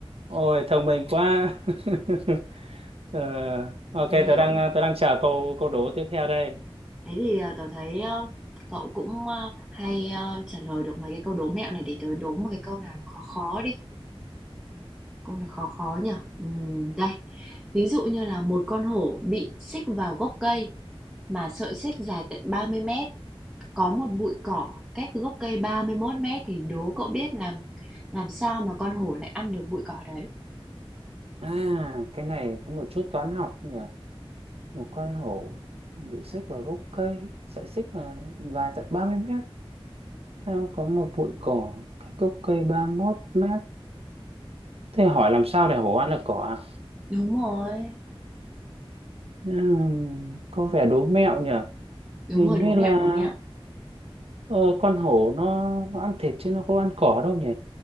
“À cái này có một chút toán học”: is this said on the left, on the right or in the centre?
Right